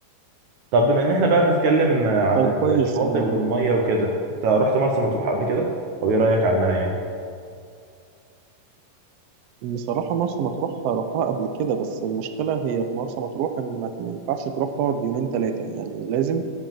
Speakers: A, on the right; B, on the right.
A: طب بما ان احنا بقى بنتكلم عن
B: طيب كويس
A: الشواطئ
B: يعني
A: والميه وكده انت رحت مرسى مطروح قبل كده او ايه رايك عنها يعني
B: بصراحة مرسى مطروح رحتها قبل كده بس المشكلة هي في مرسى مطروح إنك ما ينفعش تروح تقعد يومين تلاتة يعني لازم